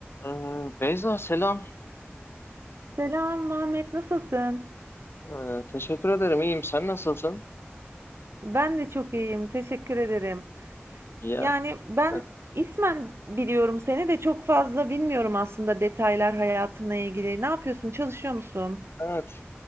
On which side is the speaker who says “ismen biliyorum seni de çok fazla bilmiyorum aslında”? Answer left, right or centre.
Right